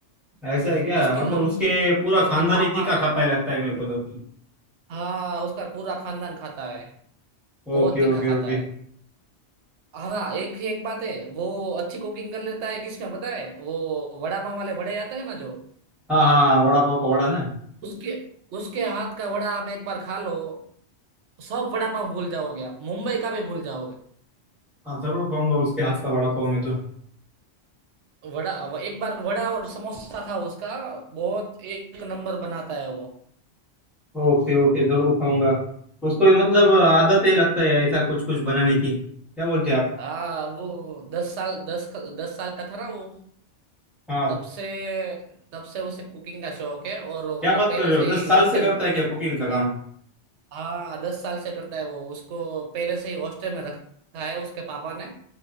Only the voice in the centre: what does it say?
ऐसा है क्या
मतलब
उसके पूरा
खानदान
ही तीखा खा पाए लगता है मेरे को तो
Okay
okay
okay
हाँ हाँ हाँ वड़ा पाव का वड़ा ना
हाँ जरूर खाऊंगा उसके हाथ का वड़ा पाव में तो
ओके ओके जरूर खाऊंगा उसको भी मतलब आदत है लगता है ऐसा कुछ कुछ बनाने की क्या बोलते हैं आप
हाँ
क्या बात
कर रहे
हो दस
साल से करता
है क्या कुकिंग
का काम